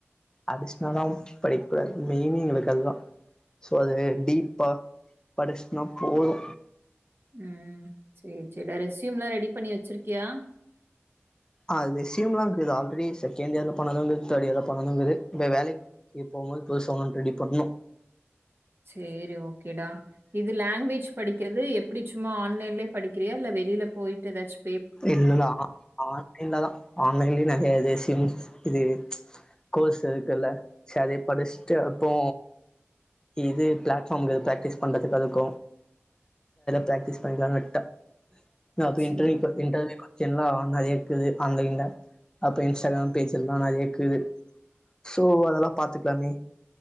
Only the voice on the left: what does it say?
அடிஷ்னாலாம் படிக்ககூடாது மெயினே எங்களுக்கு அதுதா சோ அது டீப்பா படிச்சனா போது
அ ரெஸ்யூம்லா இருக்குது ஆல்ரெடி செகண்ட் இயர்ல பண்ணதுங்கது தேர்ட் இயர்ல பண்ணும்ங்கது இப்ப வேலைக்கு போகும்போது <unintelligible> ரெடி பண்ணணு
இல்லல்ல அ ஆ ஆன்லைன்ல தா ஆன்லைன்லயும் நெறைய இது சிம்ஸ் இது கோர்ஸ் இருக்குல்ல சரி படிச்சுட்டு அப்போ இது பிளாட்ஃபாம்க்கு பிராக்டிஸ் பண்றதுக்கா இருக்கு பிராக்டிஸ் பண்ணிக்கலாம்னு விட்டே அப்ப
இன்டர்வ்யூ இன்டர்வியூ நெறைய இருக்குது ஆன்லைன்ல அப்ப இன்ஸ்டாகிராம் பேஜ்ல்லா நான் கேக்குது சோ அதெல்லா பாத்துக்கலாமே